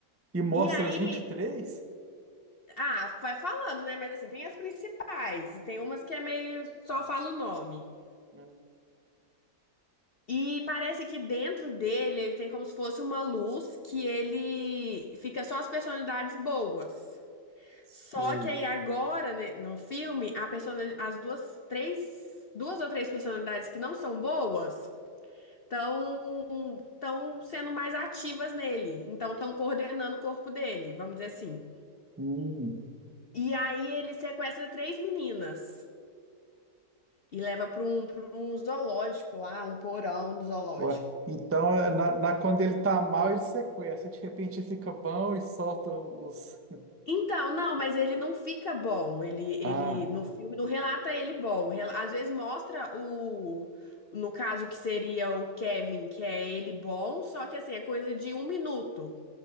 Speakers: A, on the right; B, on the left.
A: E mostra
B: E aí,
A: as 23?
B: ah, vai falando, né? Mas assim, tem as principais, e tem umas que é meio só fala o nome.
A: Não
B: E parece que dentro dele ele tem como se fosse uma luz que ele fica só as personalidades boas.
A: Sei.
B: Só que aí agora, né, no filme, a personali- as duas, três, duas ou três personalidades que não são boas estão estão sendo mais ativas nele. Então estão coordenando o corpo dele, vamos dizer assim.
A: Hum,
B: E aí ele sequestra três meninas e leva para um, para um zoológico lá, um porão do zoológico.
A: ué. Então, é na, na- quando ele tá mal, ele sequestra. De repente, ele fica bom e solta os.
B: Então, não, mas ele não fica bom. Ele, ele
A: Ah,
B: no filme não relata ele bom. Rela- Às vezes mostra o, no caso que seria o Kevin, que é ele bom, só que assim, é coisa de um minuto.